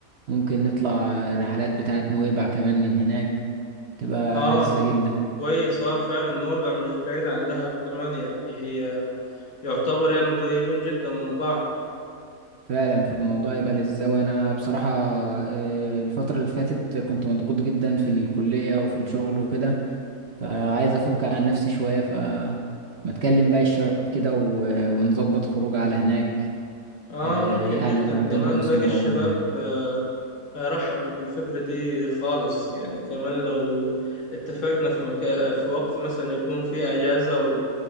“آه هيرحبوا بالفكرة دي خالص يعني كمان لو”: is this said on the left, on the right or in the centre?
Left